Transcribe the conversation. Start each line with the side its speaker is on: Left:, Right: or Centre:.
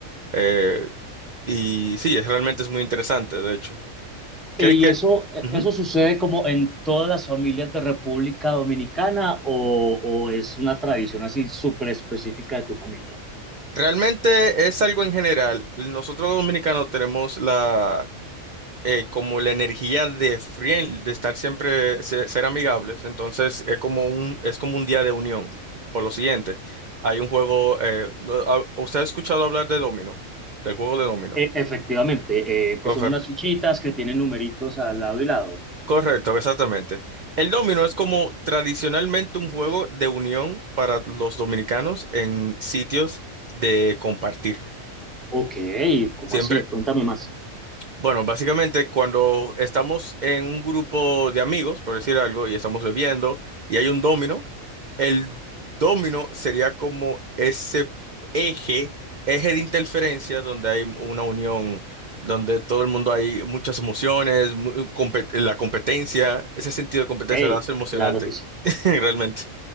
Right: eh, y sí, es, realmente es muy interesante, de hecho. ¿Qué,
Centre: ¿Y
Right: qué?
Centre: eso, e,
Right: Ujú.
Centre: eso sucede como en todas las familias de República Dominicana o, o es una tradición así súper específica de tu familia?
Right: Realmente es algo en general. Nosotros los dominicanos tenemos la eh, como la energía de friend, de estar siempre, se- ser, amigables. Entonces es como un, es como un día de unión. Por lo siguiente, hay un juego, eh, no, ah, ¿usted ha escuchado hablar de Domino? Del juego de Domino.
Centre: E- efectivamente, eh, que
Right: Ofer-
Centre: son unas fichitas que tienen numeritos al lado y lado.
Right: Correcto, exactamente. El domino es como tradicionalmente un juego de unión para los dominicanos en sitios de compartir.
Centre: Ok, ¿cómo
Right: Siempre,
Centre: así? Cuéntame más.
Right: bueno, básicamente cuando estamos en un grupo de amigos, por decir algo, y estamos bebiendo, y hay un domino, El domino sería como ese eje, eje de interferencia donde hay una unión, donde todo el mundo hay muchas emociones, mu- compe- la competencia, ese sentido de competencia
Centre: Hey,
Right: lo hace emocionante,
Centre: claro que sí.
Right: <laughs> realmente.